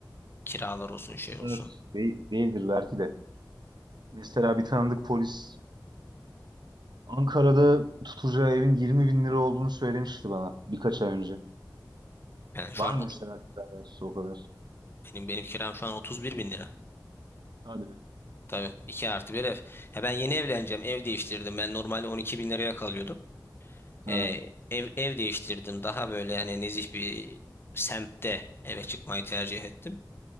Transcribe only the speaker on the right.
Bu
kadar
de- değildir belki de. Mesela bir tanıdık polis Ankara'da tutacağı evin 20 bin lira olduğunu söylemişti bana birkaç ay önce.
Var
mı
mesela alakası o kadar?
Hadi be.
Ha.